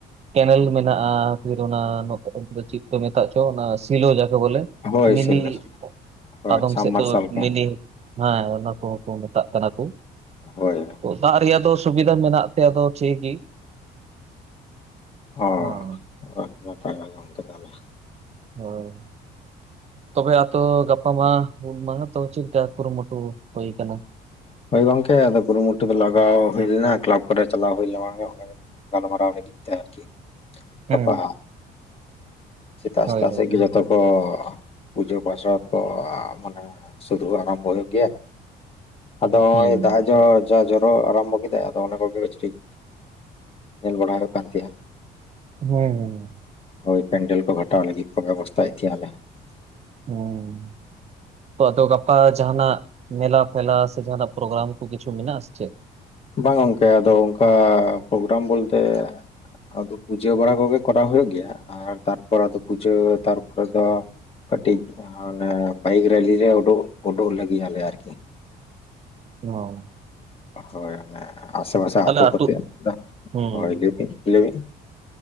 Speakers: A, on the right; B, on the left.
A: ᱠᱮᱱᱮᱞ ᱢᱮᱱᱟᱜᱼᱟ ᱯᱷᱤᱨ ᱚᱱᱟ ᱱᱚᱛᱮ ᱚᱱᱛᱮ ᱫᱚ ᱪᱮᱫ ᱠᱚ ᱢᱮᱛᱟᱜ ᱪᱚ ᱚᱱᱟ ᱥᱤᱞᱳ ᱡᱟᱠᱮ ᱵᱚᱞᱮ᱾
B: ᱦᱳᱭ
A: ᱢᱤᱱᱤ
B: ᱥᱮᱞᱚ
A: <unintelligible>
B: ᱦᱳᱭ
A: ᱟᱫᱚᱢ
B: ᱥᱟᱵ
A: ᱥᱮᱫ
B: ᱢᱟᱨᱥᱟᱞ
A: ᱫᱚ
B: ᱠᱚ
A: ᱢᱤᱱᱤ ᱦᱮᱸ ᱚᱱᱟ ᱠᱚ ᱦᱚᱸ ᱠᱚ ᱢᱮᱛᱟᱜ ᱠᱟᱱᱟ ᱠᱚ᱾
B: ᱦᱚᱭ ᱦᱚᱭ
A: ᱛᱚ ᱫᱟᱜ ᱨᱮᱭᱟᱜ ᱫᱚ ᱥᱩᱵᱤᱫᱷᱟ ᱢᱮᱱᱟᱜ ᱛᱮ ᱟᱫᱚ ᱴᱷᱤᱠ ᱜᱮ
B: ᱚ
A: ᱦᱚᱸ
B: <unintelligible> ᱱᱟᱯᱟᱭ ᱞᱟᱜᱟᱫ ᱜᱚᱢᱠᱮ ᱛᱟᱦᱚᱞᱮ
A: ᱦᱚᱭ ᱛᱚᱵᱮ ᱟᱛᱳ ᱜᱟᱯᱟ ᱢᱟ ᱦᱩᱞ ᱢᱟᱦᱟ ᱛᱚ ᱪᱮᱫ ᱞᱮᱠᱟ ᱠᱩᱨᱩᱼᱢᱩᱴᱩ ᱦᱩᱭ ᱟᱠᱟᱱᱟ?
B: ᱦᱚᱭ ᱜᱚᱝᱠᱮ ᱟᱫᱚ ᱠᱩᱨᱩ-ᱢᱩᱴᱩ ᱫᱚ ᱞᱟᱜᱟᱣ ᱦᱩᱭ ᱞᱮᱱᱟ ᱠᱞᱟᱵᱽ ᱠᱚ ᱨᱮ ᱪᱟᱞᱟᱣ ᱦᱩᱭ ᱞᱮᱱᱟ ᱵᱟᱝ ᱜᱮ ᱚᱸᱰᱮ ᱠᱟᱹᱴᱤᱡ᱾ ᱜᱟᱞᱢᱟᱨᱟᱣ ᱞᱟᱹᱜᱤᱫ ᱛᱮ ᱟᱨᱠᱤ
A: ᱦᱩᱸ
B: ᱜᱟᱯᱟᱼᱼ ᱥᱮᱛᱟᱜ
A: ᱦᱳᱭ
B: ᱥᱮᱛᱟᱜ
A: ᱦᱳᱭ
B: ᱥᱮᱫ ᱜᱮ ᱡᱚᱛᱚ ᱠᱚ ᱯᱩᱡᱟᱹ ᱯᱟᱥᱟᱣ ᱠᱚ ᱢᱟᱱᱮᱼᱼ ᱥᱩᱫᱩ ᱟᱨᱟᱢᱵᱚ ᱜᱮᱭᱟ ᱟᱫᱚ ᱱᱚᱜᱼᱚᱭ
A: ᱦᱩᱸ
B: ᱫᱟᱜᱼᱼ ᱡᱟ ᱡᱚᱨᱚ ᱟᱨᱟᱢ ᱵᱚᱜ ᱠᱮᱫᱟᱭ ᱟᱫᱚ ᱚᱱᱟ ᱠᱚ ᱜᱮ ᱴᱷᱤᱠᱼᱼ ᱧᱮᱞ ᱵᱟᱲᱟ ᱦᱩᱭᱩᱜ ᱠᱟᱱ ᱛᱮᱭᱟ᱾
A: ᱦᱮᱸᱻ
B: ᱦᱳᱭ ᱯᱮᱱᱰᱮᱞ ᱠᱚ ᱜᱴᱟᱟᱣ ᱞᱟᱹᱜᱤᱫ ᱠᱚ ᱵᱮᱵᱚᱥ ᱛᱟᱭᱮᱫ ᱜᱮᱭᱟᱞᱮ᱾ <inaudible>
A: ᱦᱩᱸ ᱛᱚ ᱟᱫᱚ ᱜᱟᱯᱟ ᱡᱟᱦᱟᱸᱱᱟᱜ ᱢᱮᱞᱟ ᱯᱷᱮᱞᱟ ᱥᱮ ᱡᱟᱦᱟᱸᱱᱟᱜ ᱯᱨᱳᱜᱨᱟᱢ ᱠᱚ ᱠᱤᱪᱷᱩ ᱢᱮᱱᱟᱜᱼᱟ ᱪᱮᱫ?
B: ᱵᱟᱝ ᱜᱚᱝᱠᱮ ᱟᱫᱚ ᱚᱝᱠᱟ ᱯᱨᱳᱜᱨᱟᱢ ᱵᱚᱞᱛᱮᱼᱼ ᱟᱫᱚ ᱯᱩᱡᱟᱹ ᱵᱟᱲᱟ ᱠᱚᱜᱮ ᱠᱚᱨᱟᱣ ᱦᱩᱭᱩᱜ ᱜᱮᱭᱟ ᱟᱨ ᱛᱟᱨᱯᱚᱨ ᱟᱫᱚ ᱯᱩᱡᱟᱹ ᱛᱟᱨᱯᱚᱨᱮ ᱫᱚᱼᱼ ᱠᱟᱹᱴᱤᱡᱮ ᱵᱟᱭᱤᱠ ᱨᱮᱞᱤ ᱨᱮ ᱚᱰᱳᱜ ᱳᱰᱳᱠ ᱞᱟᱹᱜᱤᱫ ᱞᱮ ᱟᱨᱠᱤ,
A: ᱚᱻ
B: ᱦᱳᱭ ᱦᱳᱭ ᱟᱥᱮ ᱯᱟᱥᱮ
A: ᱛᱟᱦᱚᱞᱮ
B: ᱟᱛᱳ
A: ᱟᱹᱛᱩ
B: ᱠᱚᱛᱮ
A: ᱦᱩᱸ
B: ᱦᱳᱭ ᱞᱟᱹᱭ ᱵᱤᱱ ᱞᱟᱹᱭ ᱵᱤᱱ